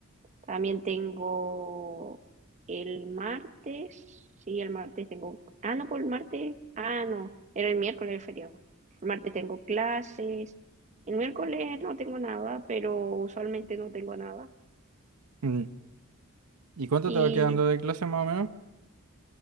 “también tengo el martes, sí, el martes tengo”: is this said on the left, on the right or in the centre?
Right